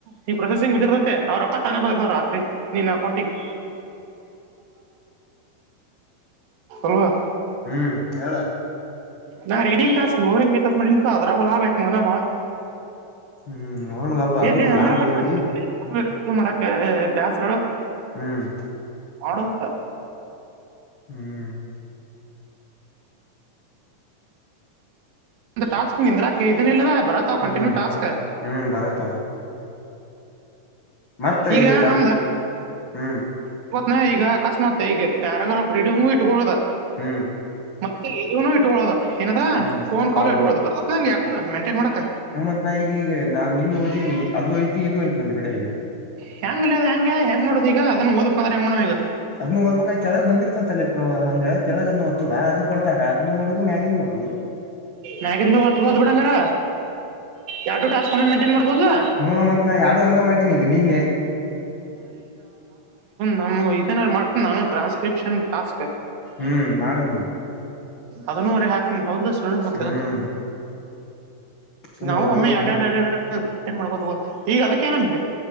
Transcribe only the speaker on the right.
ನೀ ಪ್ರೊಸೆಸಿಂಗ್ ಬಿದಿರ್ತತೆ ಅವ್ರ ಅಕ್ಕ ತಾನ ಬಂದಿರ್ತವ್ ರಾತ್ರಿ ನಿನ್ ಅಕೌಂಟಿಗೆ ಲ್ವಾ
ನಾ ರೀಡಿಂಗ್ ಾಸ್ಕ್ ಬೋರಿಂಗತ್ ಮ ಅದರಾಗು ಲಾಭಯಐತು ಬಾಳ
ಎಲ್ಲಿ ಹಂಗ
ರೊಕ್ಕ
ಕೊಡ್ತ- ಇದು ಮಾಡಕ ಬ್ಯಾಸ್ರಳ
ಮಾಡಡು ಸ
ಒ ಟಾಸ್ಕ್ ನಿಂದ್ರಾಕ ಇದನ ಇಿಲ್ಲದ ಬರತ್ಾವ್ ಕಂಟಿನ್ಯೂ
ಟಾಸ್ಕ್
ಈಗ
ನಮ್ದ
ನಾ ಈಗ ಅಕಸ್ಮಾತ್ ಈ ಪ್ಯಾರಾಗ್ರಾ್ ರೀಡಿಂಗ್ು ಇಟ್ಕೊಳ್ಳುದ
ಮತ್ತೆ ಇದನು ಇಟ್ಕೊಳ್ಳೋದ ಏನದ
ಫೋನ್ ಕಾಲ್
ಇಕುದು ಬರತ್ನ್ ಎರಡು ಮೈಂಟೈನ್ ಮಾಡಕ
ಹೆಂಗ ಅಲ ಅದ ಹೆಂಗೆ ಹೆಂಗ ಮಾಡುದು ಈಗ ಅದನ್ ಓದ್ಕ್ ಅಂದ್ರೆ ಹೆಂಗ್ ನೋ್ ಈಗ
ನಾಕಂತು ಒತ್ತು ಬತ್ತು ಬಡಂಗರ ಯಾವು ಟಾನ್ಸ್ಫ್ಮೆ ಮೇಂಟೈನ್ ಮಾಡ್ಬೋದನಾ
ನಮ ಇದನಾರ ಮಾಡ್ತ ನಾನು ಟ್ರಾನ್ಸ್ಕ್ರಿಪ್ಷನ್ ಟಾಸ್ಕ್
ಅದನೂವರೆ ಹಾಕ್ ಹೌದ ಸುಳ್ಳ ಮತ್ತೆ
ಅದಕ್
ನಾವು
ಮಮ್ಮೆ
ಎಡ ಟನ್ ಮಾಡ್ಕೋದು ಹ ಈಗ ಅದಕ್ಕೆೇನ